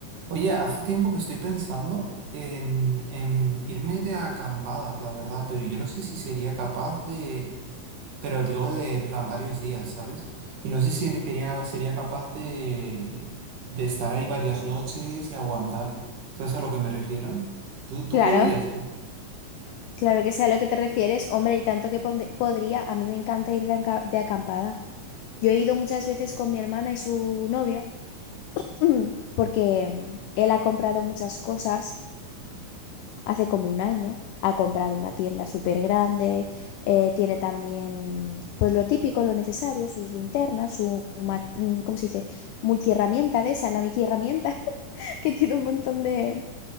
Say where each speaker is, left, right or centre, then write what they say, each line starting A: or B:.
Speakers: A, on the right; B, on the left.
A: Oye, hace tiempo que estoy pensando en, en irme de acampada, la verdad, pero yo no sé si sería capaz de, pero digo de en plan varios días, ¿sabes? Y no sé si re- quería, sería capaz de, de estar ahí varias noches y aguantar. ¿Sabes a lo que me refiero? ¿Tú, tú
B: Claro,
A: podrías? tú?
B: claro que sé a lo que te refieres. Hombre, y tanto que pond- podría, a mí me encanta ir de, anca- de acampada. Yo he ido muchas veces con mi hermana y su novio, <clears throat> porque mm, él ha comprado muchas cosas hace como un año. Ha comprado una tienda súper grande, tiene también, pues lo típico, lo necesario, sus linternas, su, ma- mm, ¿cómo se dice? Multiherramienta de esa, la Mickey herramienta, <laughs> que tiene un montón de,